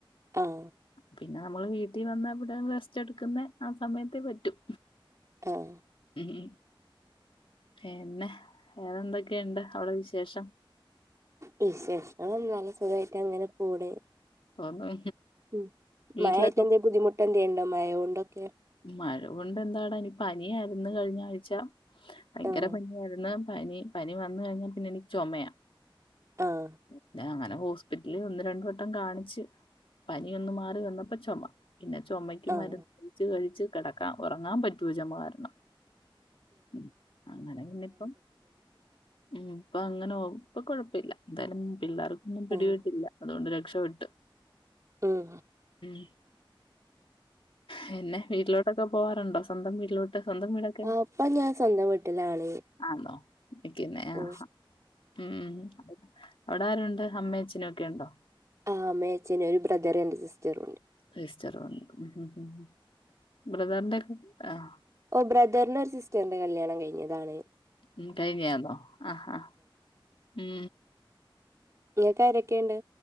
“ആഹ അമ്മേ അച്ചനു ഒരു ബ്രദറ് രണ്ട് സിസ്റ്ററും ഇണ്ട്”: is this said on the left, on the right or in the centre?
Right